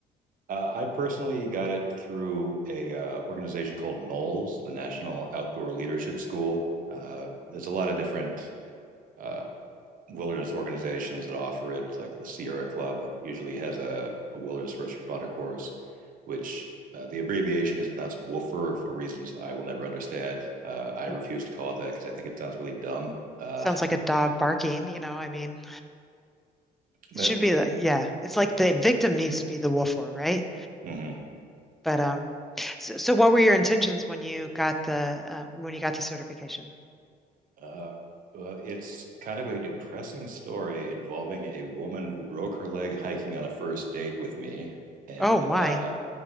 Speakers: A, on the right; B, in the centre.
A: Uh, I personally got it through a uh, organization called Knowles, the National Outdoor Leadership School. Uh, there's a lot of different uh, wilderness organizations that offer it, like the Sierra Club usually has a, a wilderness first responder course, which uh, the abbreviation is pronounced WOOFER for reasons that I will never understand. Uh, I
B: Hmm.
A: refuse to call it that because I think it sounds really dumb. Uh,
B: Sounds like a dog barking, you know, I mean,
A: <laughs> but
B: it should be like, yeah, it's like the victim needs to be the wolfer, right?
A: mm-hmm.
B: But, um, so, so what were your intentions when you got the, uh, when you got the certification?
A: Uh, uh, it's kind of a depressing story involving a woman who broke her leg hiking on a first date with me, and
B: Oh my,
A: uh,